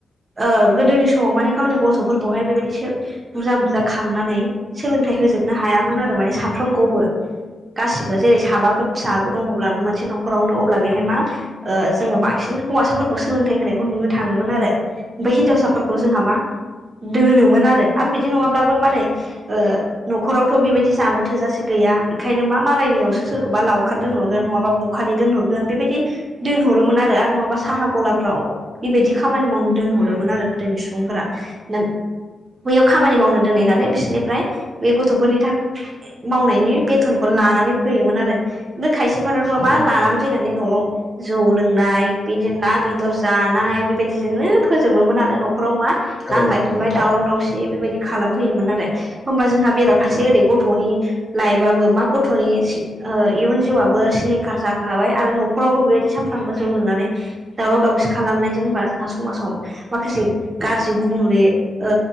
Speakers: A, on the right; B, on the left.
A: ओ गोदोनि समाव माने गावनि गथ'फोरखौहाय बेबायदि सो बुरजा बुरजा खांनानै सोलोंथाइ होजोबनो हायामोन आरो माने साफ्रोमखौबो गासिबो जेरै साबाफोर फिसा दङब्ला मोनसे न'खरावनो अब्ला बेहाय मा ओ जोङो बांसिन हौवासाफोरखौ सोलोंथाइ होनायखौ नुनो थाङोमोन आरो। ओमफाय हिनजावसाफोरखौ जोंहा मा दोनोमोन आरो आरो बिदि नङाब्लाबो मारै ओ न'खरावथ' बेबायदि जानो थोजासे गैया बेखायनो मा मालायनियावसो सोरखौबा लावखार दोनहरगोन नङाबा बखालि दोनहरगोन बेबायदि दोनहरोमोन आरो आरो नङाबा साहा गलाफ्राव बेबायदि खामानि मावनो दोनहरोमोन आरो गोदोनि सुबुंफोरा ना बैयाव खामानि मावनो दोनहैनानै बिसोरनिफ्राय बे गथ'फोरनि था मावनायनि बेथनखौ लानानै फैयोमोन आरो बे खायसेफोराथ'
B: औ
A: मा लानानै फैनानै न'आव जौ लोंनाय बिदिनो ना बेदर जानाय बेबायदिजोंनो फोजोबोमोन आरो न'खराव मा
B: औ
A: नांलाय
B: औ नंगौ
A: खमलाय
B: नोंथां
A: दावराव दावसि बेबायदि खालामफैयोमोन आरो होमबा जोंहा बेराफारसे
B: औ
A: ओरै गथ'नि लाइफबो मा गथ'नि ओ इयुन जिउआबो सिलिंखार जाखाबाय आरो न'खरावबो बेबायदि सानफ्रामबो जौ लोंनानै दावराव दावसि खालामनायजों होनबा जोंहा समाजाव माखासे गाज्रि गुबुंले ओ